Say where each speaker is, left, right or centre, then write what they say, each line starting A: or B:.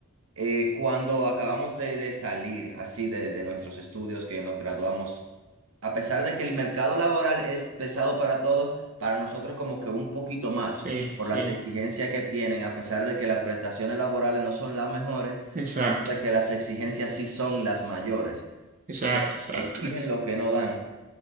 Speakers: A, on the right; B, on the right.
A: Eh, cuando acabamos de, de salir así de, de nuestros estudios, que nos graduamos a pesar de que el mercado laboral es pesado para todos, para nosotros como que un poquito más,
B: sí,
A: por
B: sí,
A: las exigencias que tienen, a pesar de que las prestaciones laborales no son las mejores,
B: exacto,
A: de que las exigencias sí son las mayores.
B: exacto, exacto.
A: Exigen
B: <laughs>
A: lo que no dan.